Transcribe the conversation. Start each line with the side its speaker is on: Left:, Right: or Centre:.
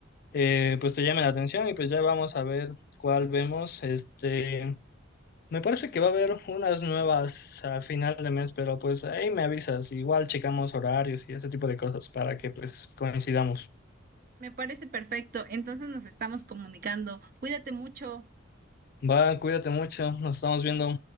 Left: eh, pues te llame la atención y pues ya vamos a ver cuál vemos. Este, me parece que va a haber unas nuevas a final de mes, pero pues ahí me avisas. Igual checamos horarios y ese tipo de cosas para que pues coincidamos.
Right: Me parece perfecto, entonces nos estamos comunicando. Cuídate mucho.
Left: Va, cuídate mucho, nos estamos viendo.